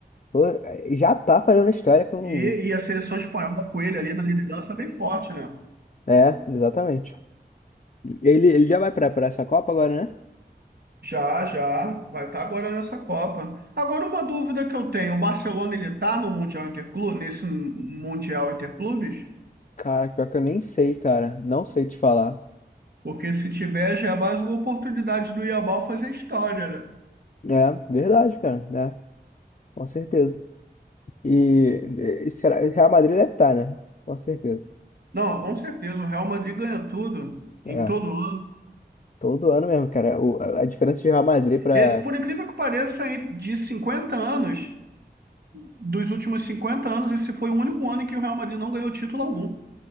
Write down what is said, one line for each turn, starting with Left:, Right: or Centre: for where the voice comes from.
Left: pô, já tá fazendo história com...
Right: E, e a seleção espanhola com ele ali na liderança é bem forte, né?
Left: É, exatamente. Ele, ele já vai pra, pra essa Copa agora, né?
Right: Já, já, vai estar agora nessa Copa. Agora uma dúvida que eu tenho, o Barcelona ele tá no Mundial Interclube, nesse Mundial Interclubes?
Left: Cara, pior que eu nem sei, cara, não sei te falar.
Right: Porque se tiver já é mais uma oportunidade do Yamal fazer história, né?
Left: É, verdade, cara, né? Com certeza. E, e será, Real Madrid deve estar, né? Com certeza.
Right: Não, com certeza, o Real Madrid ganha tudo
Left: É.
Right: em todo ano.
Left: Todo ano mesmo, cara. O- a, a diferença de Real Madrid pra.
Right: E, por incrível que pareça, em- de 50 anos, dos últimos 50 anos, esse foi o único ano em que o Real Madrid não ganhou título algum.